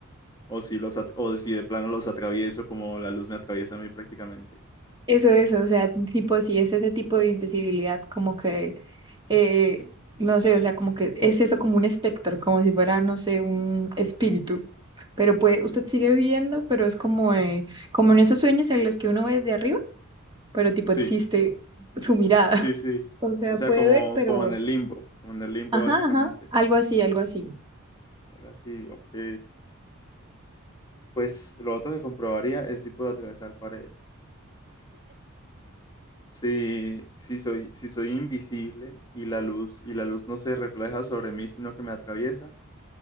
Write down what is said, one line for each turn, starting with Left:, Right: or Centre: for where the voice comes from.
Left: O si los at- o si de plano los atravieso como la luz me atraviesa a mí prácticamente.
Right: Eso, eso, o sea, tipo, si es ese tipo de invisibilidad, como que, eh, no sé, o sea, como que es eso como un espectro, como si fuera, no sé, un espíritu. Pero puede, usted sigue viendo, pero es como, eh, como en esos sueños en los que uno ve desde arriba, pero tipo
Left: Sí,
Right: existe su mirada.
Left: sí,
Right: <laughs>
Left: sí.
Right: O sea,
Left: O sea,
Right: puede
Left: como,
Right: ver, pero...
Left: como en el limbo, como en el limbo
Right: Ajá,
Left: básicamente.
Right: ajá, algo así, algo así.
Left: Algo así, ok. Pues lo otro que comprobaría es si puedo atravesar paredes. Si, si soy, si soy invisible y la luz, y la luz no se refleja sobre mí, sino que me atraviesa,